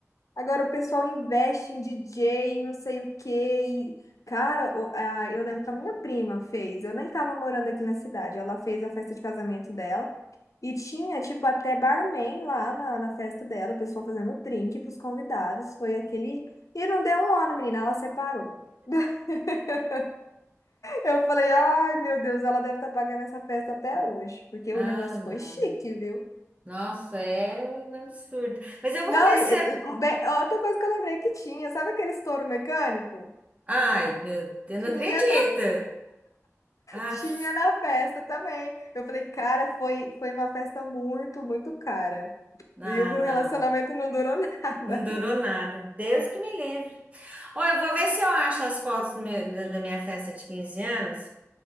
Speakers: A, on the left; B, on the right.
A: Agora o pessoal investe em DJ, não sei o quê. E, cara, o- a- eu lembro que a minha prima fez. Eu nem tava morando aqui na cidade. Ela fez a festa de casamento dela. E tinha, tipo, até barman lá na, na festa dela. O pessoal fazendo drink pros convidados. Foi aquele. E não deu um ano, menina. Ela separou. <laughs> Eu falei, ai, meu Deus, ela deve estar pagando essa festa até hoje. Porque
B: Ah,
A: o negócio
B: não.
A: foi chique, viu?
B: Nossa, é um absurdo. Mas eu
A: Não,
B: vou ver
A: e-
B: se é.
A: e- bem, outra coisa que eu lembrei que tinha. Sabe aquele estouro mecânico?
B: Ai, meu Deus, não
A: Tinha
B: acredito. Ah,
A: Tinha na festa também. Eu falei, cara, foi, foi uma festa muito, muito cara.
B: não,
A: E o relacionamento
B: não.
A: não durou nada.
B: Não durou nada. Deus que me livre. Ó, eu vou ver se eu acho as fotos do meu- da da minha festa de 15 anos.